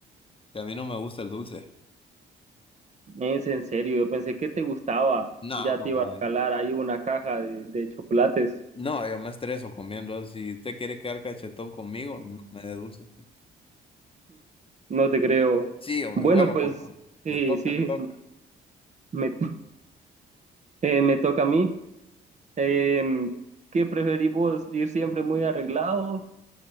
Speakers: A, on the left; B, on the right.
A: Que a mí no me gusta el dulce.
B: Es en serio, yo pensé que te gustaba.
A: No,
B: Ya te
A: compadre.
B: iba a regalar ahí una caja de, de chocolates.
A: No, yo me estreso comiendo. eso. Si usted quiere quedar cachetón conmigo, no me dé dulce.
B: No te creo.
A: Sí, hombre,
B: Bueno,
A: bueno,
B: pues
A: compadre.
B: sí,
A: Le toca,
B: sí,
A: le toca.
B: me, eh, me toca a mí. Em, ¿qué preferís vos, ir siempre muy arreglado